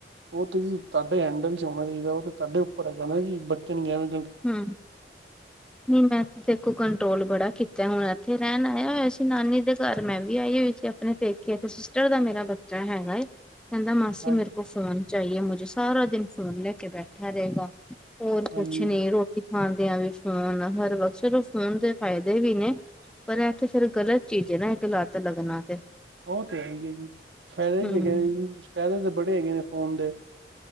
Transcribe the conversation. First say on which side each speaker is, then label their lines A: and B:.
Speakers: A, on the right; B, in the centre.
A: ਉਹ ਤੇ ਤੁਹਾਡੇ ਹੈਂਡਲ ਚ ਹੋਣਾ ਚਾਹੀਦਾ ਉਹ ਤੇ ਤੁਹਾਡੇ ਉੱਪਰ ਹੈਗਾ ਨਾ ਜੀ ਬੱਚੇ ਨੂੰ ਕੇਵੇ
B: ਹੂੰ ਨਹੀਂ ਮੈਂ ਤੇ ਦੇਖੋ ਕੰਟਰੋਲ ਬੜਾ ਕੀਤਾ ਹੁਣ ਇੱਥੇ ਰਹਿਣ ਆਇਆ ਹੋਇਆ ਸੀ ਨਾਨੀ ਦੇ ਘਰ ਮੈਂ ਵੀ ਆਈ ਹੋਈ ਸੀ ਅ ਆਪਣੇ ਪੇਕੇ ਤੇ ਸਿਸਟਰ ਦਾ ਮੇਰਾ ਬੱਚਾ ਹੈਗਾ ਏ ਕਹਿੰਦਾ ਮਾਸੀ
A: ਹਾਂਜੀ
B: ਮੇਰੇ ਕੋ ਫੋਨ ਚਾਹੀਏ ਮੁਝੇ ਸਾਰਾ ਦਿਨ ਫ਼ੋਨ ਲੈ ਕੇ ਬੈਠਾ ਰਹੇਗਾ ਹੋਰ
A: ਹਾਂਜੀ
B: ਕੁ ਰੋਟੀ ਖਾਣ ਦਿਆਂ ਵੀ ਫੋਨ ਹਰ ਵਕਤ ਚਲੋ ਫੋਨ ਦੇ ਫ਼ਾਇਦੇ ਵੀ ਨੇ ਪਰ ਇੱਥੇ ਫੇਰ ਗ਼ਲਤ ਚੀਜ਼ ਹੈ ਨਾ ਇੱਕ ਲੱਤ ਲੱਗਣਾ ਤੇ।
A: ਉਹ ਤਾਂ ਹੈਗੇ ਹੈ ਜੀ ਫਾਇਦੇ
B: ਹੂੰ
A: ਵੀ ਹੈਗੇ ਨੇ ਜੀ ਫਾਇਦੇ ਤਾਂ ਬੜੇ ਹੈਗੇ ਨੇ ਫੋਨ ਦੇ।